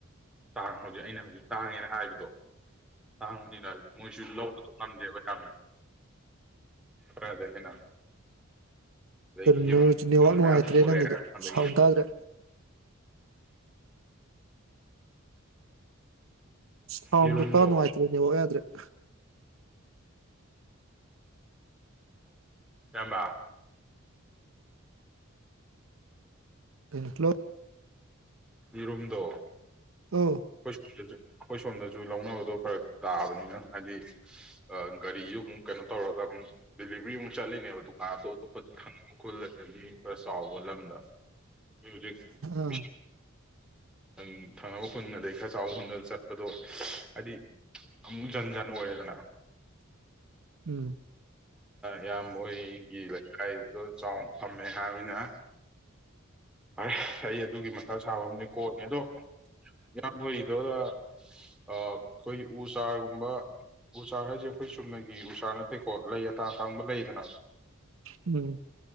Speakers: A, in the centre; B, on the right (about 70°).
A: ꯇꯥꯡ ꯍꯧꯖꯤꯛ ꯑꯩꯅ ꯍꯧꯖꯤꯛ ꯇꯥꯡꯉꯦꯅ ꯍꯥꯏꯕꯗꯣ ꯇꯥꯡꯕꯅꯤꯅ ꯃꯣꯏꯁꯨ ꯂꯧꯕꯁꯨ ꯉꯝꯗꯦꯕ ꯌꯥꯝꯅ ꯈꯔꯗ ꯍꯦꯟꯅ ꯑꯗꯒꯤ
B: ꯀꯩꯅꯣ
A: ꯌꯦꯔꯨꯝ
B: ꯅꯦꯋꯥꯛ ꯅꯨꯡꯉꯥꯏꯇ꯭ꯔꯦ
A: ꯃꯌꯥꯝ ꯄꯨꯊꯣꯔꯛꯑꯦ
B: ꯅꯪꯒꯤꯗꯣ
A: ꯑꯗꯒꯤ
B: ꯁꯥꯎꯟ ꯇꯥꯗ꯭ꯔꯦ ꯍ
A: ꯌꯦꯔꯨꯝꯗꯣ
B: ꯇꯥꯟꯅꯨꯡꯉꯥꯏꯇꯔꯤꯅꯤ ꯌꯥꯗ꯭ꯔꯦ <inaudible>
A: ꯆꯝꯕ
B: ꯀꯅꯤꯂꯣ
A: ꯌꯦꯔꯨꯝꯗꯣ
B: ꯑꯧ
A: ꯀꯁ ꯑꯩꯈꯣꯏ ꯁꯣꯝꯗꯁꯨ ꯂꯧꯅꯕꯗꯣ ꯐꯔꯛ ꯇꯥꯕꯅꯤꯅ ꯍꯥꯏꯗꯤ ꯒꯥꯔꯤꯁꯨ ꯑꯃꯨꯛ ꯀꯩꯅꯣ ꯇꯧꯔꯒ ꯑꯃꯨꯛ ꯗꯦꯂꯤꯚꯔꯤ ꯑꯃꯨꯛ ꯆꯠꯂꯤꯅꯦꯕ ꯗꯨꯀꯥꯟ ꯑꯇꯣꯞ ꯑꯇꯣꯞꯄ ꯊꯪ ꯈꯨꯜ ꯑꯗꯒꯤ ꯈꯔ ꯆꯥꯎꯕ ꯂꯝꯗ ꯎꯝ
B: ꯑꯥ
A: ꯎꯪ ꯊꯥꯡꯅꯕ ꯈꯨꯨꯟ ꯑꯗꯩ ꯈꯔ ꯆꯥꯎ ꯍꯨꯟꯗ ꯆꯠꯄꯗꯣ ꯍꯥꯏꯗꯤ ꯑꯃꯨꯛ ꯖꯟ ꯖꯟ ꯑꯣꯏꯔꯦꯗꯅ
B: ꯎꯝ
A: ꯏꯌꯥꯝꯕꯣꯏꯒꯤ ꯂꯩꯀꯥꯏꯗꯨꯗꯣ ꯆꯥꯎꯅ ꯐꯝꯃꯦ ꯍꯥꯏꯅꯤꯅ ꯑ ꯑꯩ ꯑꯗꯨꯒꯤ ꯃꯇꯊꯥ ꯁꯥꯕ ꯑꯃꯅꯦ ꯀꯣꯠꯅꯦ ꯑꯗꯣ ꯌꯥꯝ ꯂꯣꯏꯔꯤꯗꯕꯗ ꯑꯩꯈꯣꯏ ꯎ ꯆꯥꯔꯒꯨꯝꯕ ꯎ ꯆꯥꯔ ꯍꯥꯏꯁꯦ ꯑꯩꯈꯣꯏ ꯆꯨꯝꯅꯒꯤ ꯎ ꯆꯥꯔ ꯅꯠꯇꯦꯀꯣ ꯂꯩ ꯑꯇꯥꯡ ꯑꯇꯥꯡꯕ ꯂꯩꯗꯅ
B: ꯎꯝ